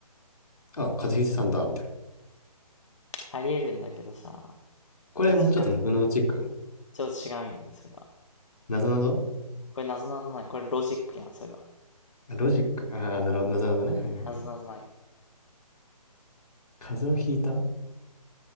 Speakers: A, on the left; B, on the left.
A: あ、風邪ひいてたんだ、みたいな。
B: ありえるんだけどさ。
A: これもうちょっとなぞなぞチック。
B: ちょっと違う。ちょっと違うよね、それは。
A: なぞなぞ
B: これ、なぞなぞなん。これ、ロジックやん、それは。
A: あロジック。ああ、なるほど、なるほどね。はいはいはい。
B: なぞなぞなんや
A: 風邪をひいた